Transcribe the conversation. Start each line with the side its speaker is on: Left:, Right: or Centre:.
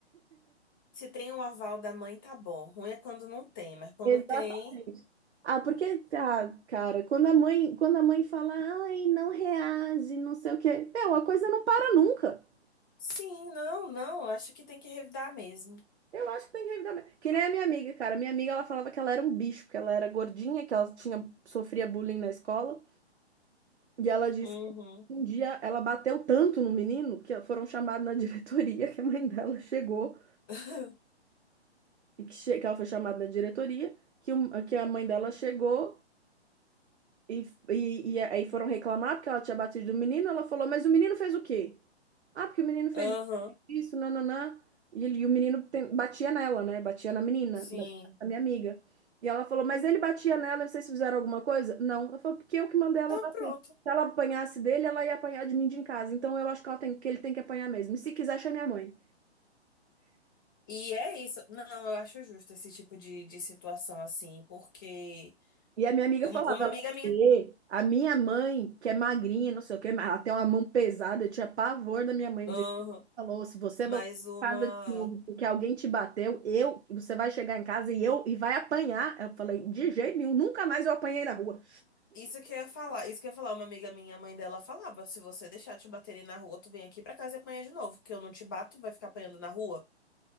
Left: Se tem um aval da mãe, tá bom. Ruim é quando não tem, mas quando
Right: Exatamente.
Left: tem,
Right: Ah, porque, ah, cara, quando a mãe, quando a mãe fala, ai, não reage, não sei o quê, meu, a coisa não para nunca.
Left: sim, não, não, acho que tem que revidar mesmo.
Right: Eu acho que tem que revidar. mesmo. Que nem a minha amiga, cara. Minha amiga, ela falava que ela era um bicho, porque ela era gordinha, que ela tinha, sofria bullying na escola. E ela disse
Left: Uhum.
Right: que um dia ela bateu tanto no menino que foram chamados na <laughs> diretoria, que a mãe dela chegou,
Left: <laughs>
Right: e que, che- que ela foi chamada na diretoria, que, o- que a mãe dela chegou E, e, e aí foram reclamar porque ela tinha batido o menino. Ela falou, mas o menino fez o quê? Ah, porque o menino fez
Left: Aham,
Right: isso, nananã. E, ele, e o menino tem- batia nela, né? Batia na menina,
Left: sim.
Right: da, da minha amiga. E ela falou, mas ele batia nela, vocês fizeram alguma coisa? Não. Ela falou, porque eu que mandei
Left: Então
Right: ela bater.
Left: pronto.
Right: Se ela apanhasse dele, ela ia apanhar de mim de em casa. Então eu acho que, ela tem, que ele tem que apanhar mesmo. E se quiser, chama minha mãe.
Left: E é isso. Não, eu acho justo esse tipo de, de situação assim, porque
Right: E a minha amiga
Left: eu-
Right: falava,
Left: uma
Right: ela,
Left: amiga minha,
Right: "Ê, a minha mãe, que é magrinha, não sei o quê, mas ela tem uma mão pesada, eu tinha pavor da minha mãe,
Left: aham,
Right: o dia que ela falou, se você
Left: mas
Right: voltar
Left: uma.
Right: pra casa de novo porque alguém te bateu, eu, você vai chegar em casa e eu, e vai apanhar. Eu falei, de jeito nenhum, nunca mais eu apanhei na rua.
Left: Isso que eu ia falar, isso que eu ia falar, uma amiga minha, a mãe dela falava: se você deixar te baterem na rua, tu vem aqui pra casa e apanha de novo, porque eu não te bato, vai ficar apanhando na rua.